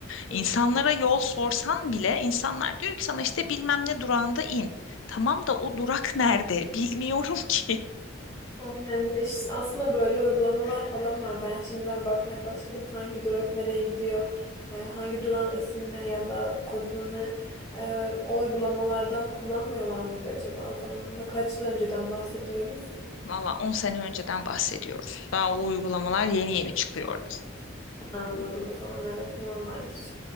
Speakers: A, on the left; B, on the left.
A: İnsanlara
B: Hı hı.
A: yol sorsan bile insanlar diyor ki sana işte bilmem ne durağında in. Tamam da o durak nerede? Bilmiyorum ki.
B: Aynen. Ya işte aslında böyle uygulamalar
A: <laughs>
B: falan var. Ben şimdiden bakmaya başladım. Hangi durak nereye gidiyor? e, hangi durağın ismine ya da kodunu ne? E, o uygulamalardan kullanmıyorlar mıydı acaba o zaman da? Kaç yıl önceden bahsediyoruz?
A: Valla on sene önceden bahsediyoruz. Daha o uygulamalar yeni yeni çıkıyordu.
B: Anladım o zaman evet normaldir.